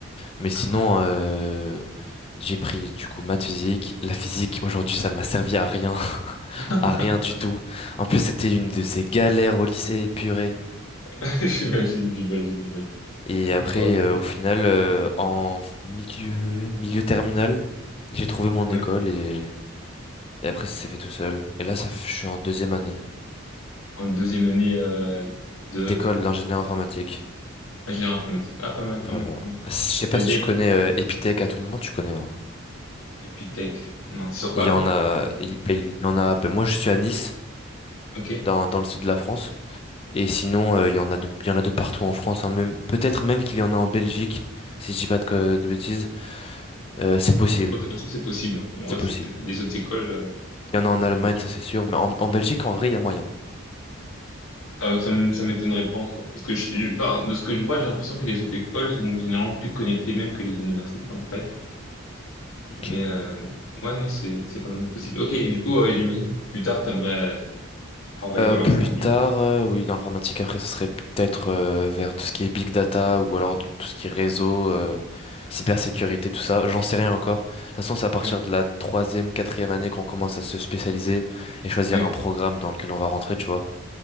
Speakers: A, on the left; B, on the left.
A: Mais sinon,
B: Ah,
A: euh, j'ai pris du coup maths physique. La physique, aujourd'hui, ça ne m'a servi à rien, <laughs>
B: ah.
A: à rien du tout. En plus, c'était une de ces galères au lycée, purée.
B: <laughs> J'imagine, j'imagine, j'imagine.
A: Et après,
B: Ok,
A: euh, au final, euh, en f- milieu, milieu terminal, j'ai trouvé mon
B: ouais.
A: école et, et après, ça s'est fait tout seul. Et là, ça, f- je suis en deuxième année
B: En deuxième année euh, de
A: d'école d'ingénieur informatique.
B: Ingénieur informatique. Ah, pas mal,
A: Voilà.
B: pas mal, pas mal.
A: Je sais pas
B: T'as
A: si
B: dit
A: tu connais euh, Epitech à tout moment, tu connais. hein.
B: Epitech. Non, c'est sur Paris?
A: Il y en a, il, ben, il y en a. ben, moi, je suis à Nice,
B: Ok.
A: dans, dans le sud de la France. Et sinon, euh, il y en a de, il y en a de partout en France, hein, même, peut-être même qu'il y en a en Belgique, si je dis pas de, co- de bêtises. Euh, c'est possible,
B: C'est- En soi, c'est possible. hein. On
A: c'est
B: voit,
A: possible.
B: c'est- les autres écoles, euh,
A: Il y en a en Allemagne,
B: sont pas-
A: ça c'est sûr, mais en, en Belgique, en vrai, il y a moyen.
B: ah, ça, m- ça m'étonnerait pas en soi. Parce que je, je- enfin, de ce que je vois, j'ai l'impression que les autres écoles sont généralement plus connectées même que les universités entre elles.
A: Ok.
B: Mais euh, ouais, non, c'est c'est largement possible. Ok, et du coup, euh, j'imagine plus tard, t'aimerais euh, travailler
A: Euh,
B: dans
A: plus
B: l'informatique.
A: tard, euh, oui, dans l'informatique, après, ça serait peut-être euh, vers tout ce qui est big data ou alors tout ce qui est réseau, euh, cybersécurité, tout ça. J'en sais rien encore. De toute façon, c'est à partir
B: Ouais,
A: de la troisième, quatrième année qu'on commence à se spécialiser et choisir
B: ouais,
A: un programme dans lequel on va rentrer, tu vois.